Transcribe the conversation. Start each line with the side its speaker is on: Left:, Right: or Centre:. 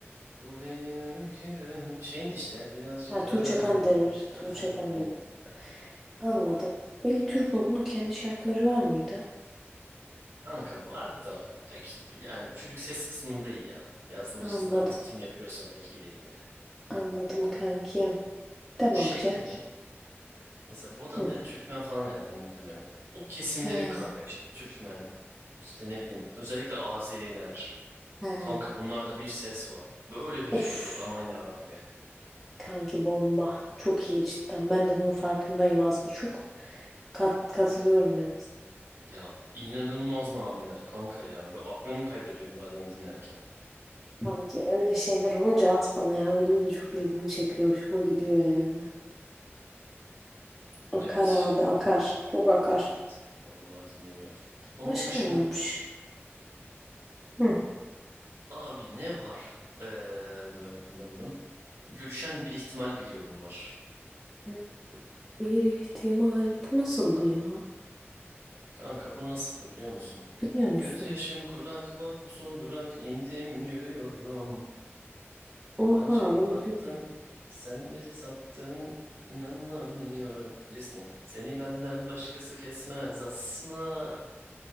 Right: Bu benim öyküm. Şeyin de işte birazcık
Centre: Ha Tuğçe
Right: yaralı.
Centre: Kandemir'dir. Tuğçe
Right: Aha,
Centre: Kandemir.
Right: Aynen.
Centre: Anladım. Veli Türkoğlu'nun kendi şarkıları var mıydı?
Right: Kanka var da pek yani bu çocuk ses kısmında iyi ya. Yazma
Centre: Anladım.
Right: çizme artık kim yapıyorsa pek iyi değil yani.
Centre: Anladım kankim.
Right: Bu
Centre: Tamam
Right: şeylerin
Centre: ki.
Right: mesela bu adam
Centre: Hı.
Right: ne Türkmen falan herhalde muhtemelen. O kesimlerin
Centre: He,
Right: kanka işte Türkmen işte ne bileyim özellikle Azeriler.
Centre: he.
Right: Kanka bunlarda bir ses var. Böyle bir
Centre: Of.
Right: şey yok aman ya Rabbi.
Centre: Kanki bomba. Çok iyi cidden. Ben de bunun farkındayım az buçuk. Kat, katılıyorum yani. Uf.
Right: Ya inanılmaz nameler kanka ya. Böyle aklımı kaybediyorum bazen dinlerken.
Centre: Kanki öyle şeyler olunca at bana ya. Benim de çok ilgimi çekiyor. Hoşuma gidiyor yani. Akar
Right: Evet.
Centre: abi akar. Çok akar.
Right: Evet. Vallahi dinleniyor. Onun
Centre: Başka
Right: dışında
Centre: ne varmış? Hı.
Right: abi ne var? Ee, nım nım nım. Gülşen bir ihtimal biliyorum var.
Centre: Hmm, Bir ihtimal. Bu nasıldı ya?
Right: Kanka bu nasıldı biliyor musun?
Centre: Biliyor musun?
Right: Gözyaşım kurak bak bu son durak indim yürüyorum.
Centre: Oha
Right: Harcayıp
Centre: bunu
Right: attın,
Centre: bil...
Right: sen bizi sattın, inanamıyorum. Bilirsin ya, seni benden başkası kesmez asla.